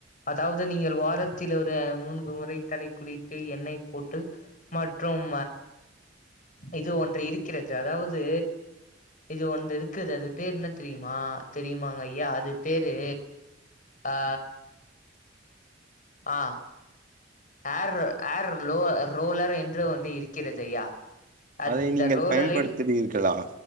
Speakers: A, on the left; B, on the right.
A: அதாவது நீங்கள் வாரத்தில் ஒரு மூன்கு முறை தலை குளித்து எண்ணெய் போட்டு மட் மற்றும் இது ஒன்று இருக்கிறது அதாவது இது ஒன்று இருக்குது அது பேரு என்ன தெரியுமா தெரியுமாங்க ஐயா அது பேரு ஆ ஆ ஏர் ஏர் ரோ ரோலர் என்று ஒன்று இருக்கிறது ஐயா அந்த
B: அதை நீங்கள்
A: ரோலலில்
B: பயன்படுத்துகிறீர்களா?